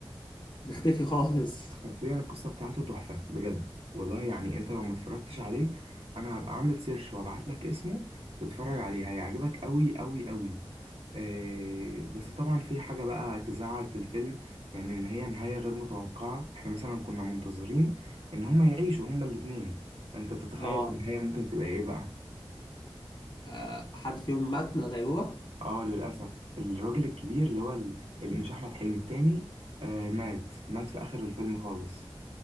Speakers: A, on the left (about 55°); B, on the right (about 80°).
A: هتختفي خالص <laughs>
B: حرفيا القصة بتاعته تحفة بجد والله يعني انت لو ما اتفرجتش عليه انا هبقى اعمل سيرش وابعت لك اسمه تتفرج عليه هيعجبك قوي قوي قوي آه بس طبعا في حاجة بقى تزعل في الفيلم يعني ان هي نهاية غير متوقعة احنا مثلا كنا منتظرين ان هما يعيشوا هما الاتنين انت تتخيل
A: اه
B: النهاية ممكن تبقى ايه بقى
A: آه، حد فيهم مات من الغيبوبة
B: اه للأسف الراجل الكبير اللي هو ال- اللي مش احمد حلمي التاني آه مات مات في اخر الفيلم خالص